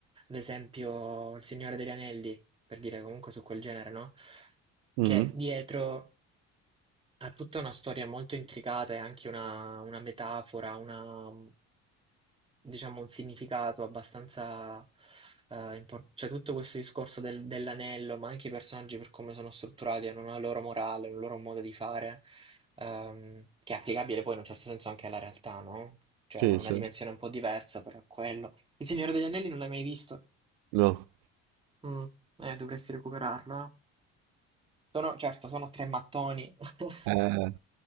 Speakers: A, on the right; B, on the right.
A: esempio Il Signore degli Anelli, per dire comunque su quel genere, no?
B: Mhm.
A: Che dietro ha tutta una storia molto intricata e anche una, una metafora, una, diciamo, un significato abbastanza eh, impor- Cioè, tutto questo discorso del- dell'anello, ma anche i personaggi per come sono strutturati, hanno una loro morale, un loro modo di fare, ehm, che è applicabile poi in un certo senso anche alla realtà, no? Cioè,
B: Sì,
A: ha una
B: certo.
A: dimensione un po' diversa, però è quello. Il Signore degli Anelli non l'hai mai visto?
B: No.
A: Mm, eh, dovresti recuperarlo, eh. Sono, certo, sono tre mattoni, <laughs>
B: Eh,